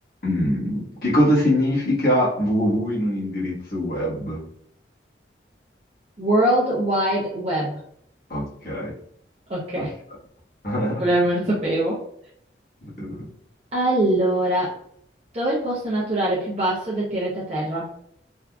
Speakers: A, on the left; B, on the right.
A: mm, che cosa significa www in un indirizzo web?
B: World Wide Web.
A: Ok,
B: Ok,
A: perfetto. <laughs>
B: quello me lo sapevo.
A: Eh,
B: Allora, dov'è il posto naturale più basso del pianeta Terra?